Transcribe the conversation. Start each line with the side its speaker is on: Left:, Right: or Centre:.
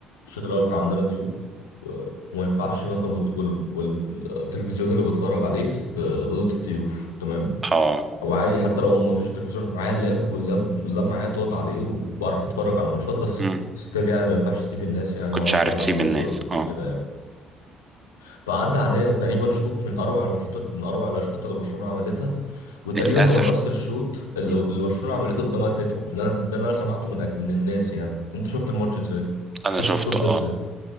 Left: الشوط الاول كان عندنا ضيوف و- وما ينفعش مثلا وال- وال- والتلفزيون اللي بتفرج عليه في اوضه الضيوف تمام
Right: اه
Left: او عادي حتى لو ما فيش تلفزيون معايا اللاب واللاب اللاب معايا تقعد عليه وبعرف اتفرج على الماتشات بس
Right: امم
Left: ستيل يعني ما ينفعش اسيب الناس يعني
Right: كنتش
Left: واقعد اتفرج
Right: عارف تسيب
Left: على الماتش
Right: الناس
Left: وكده
Right: اه
Left: يعني فعدى عليا تقريبا شوط من اروع الماتشات من اروع الاشواط اللي برشلونه عملتها وتقريبا
Right: للاسف
Left: هو نفس الشوط اللي
Right: مم.
Left: اللي برشلونه عملته قدام اتلتيكو اللي انا ده اللي انا سمعته من أج... من الناس يعني انت شفت الماتش ازاي
Right: انا
Left: شفت
Right: شفته
Left: الشوط ده
Right: اه
Left: ازاي